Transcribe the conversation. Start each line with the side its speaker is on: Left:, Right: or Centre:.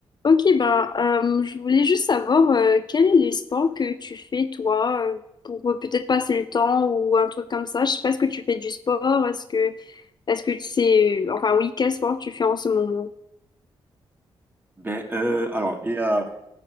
Left: Ok, bah, euh, je voulais juste savoir euh, quel est les sports que tu fais toi euh, pour euh, peut-être passer le temps ou un truc comme ça. Je sais pas, est-ce que tu fais du sport? Est-ce que est-ce que tu sais enfin oui, quel sport tu fais en ce moment?
Right: Ben, euh, alors, il y a